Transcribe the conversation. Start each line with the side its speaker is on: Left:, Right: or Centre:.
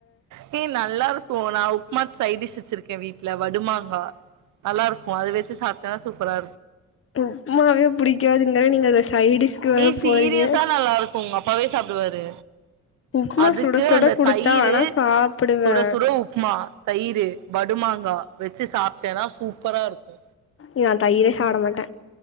Right: ஹே நல்லா இருக்கு நா உப்மாக்கு சைட் டிஷ் வச்சிருக்கே வீட்ல வடுமாங்கா நல்லாருக்கு அது வெச்சி சாப்ட்டாதா சூப் பரா
Left: உப்மாவே புடிக்காதுங்குற நீங்க அதுல சைடிஸ்க்கு வேற
Right: ஏ சீரியஸா
Left: போறீங்க
Right: நல்லா இருக்கு உங்க அப்பாவே சாப்டுவாரு
Left: உப்மா
Right: அதுக்கு
Left: சுட சுட
Right: அந்த
Left: குடுத்தா
Right: தயிரு
Left: வேணா சாப்புடுவே
Right: சுட சுட உப்மா தயிரு வடுமா ங்கா வச்சு சாப்ட்டேன்னா சூப்பரா இருக்கு
Left: எ அண் தயிரே சாப்ட மாட்ட